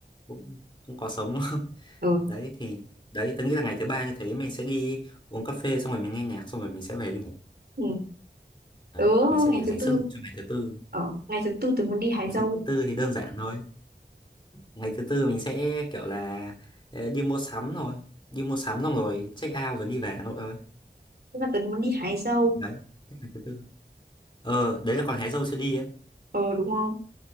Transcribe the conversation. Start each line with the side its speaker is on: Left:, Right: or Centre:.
Left: cũng cũng có sống đúng không? <laughs>
Right: ừ
Left: Đấy thì, đấy, tớ nghĩ là ngày thứ ba như thế mình sẽ đi uống cà phê xong rồi mình nghe nhạc xong rồi mình sẽ về đi ngủ.
Right: ừ
Left: đấy
Right: tớ
Left: mình sẽ
Right: ngày
Left: để
Right: thứ
Left: dành
Right: tư
Left: sức lực cho ngày thứ tư
Right: ở ngày thứ tư tớ muốn đi hái
Left: ngày
Right: dâu
Left: thứ tư thì đơn giản thôi ngày thứ tư mình sẽ kiểu là ờ, đi mua sắm rồi đi mua sắm xong rồi check out rồi đi về Hà Nội thôi
Right: nhưng mà tớ muốn đi hái dâu
Left: đấy hết ngày thứ tư ờ đấy là còn hái dâu chưa đi ấy
Right: ờ đúng không